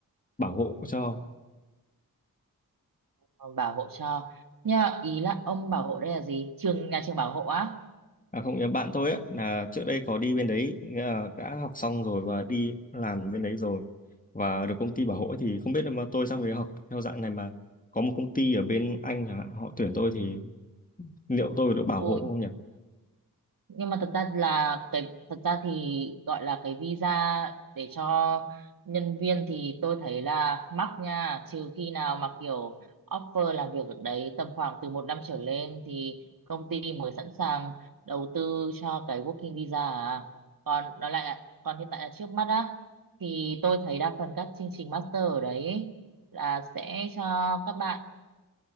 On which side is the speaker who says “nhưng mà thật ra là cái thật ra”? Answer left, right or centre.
Right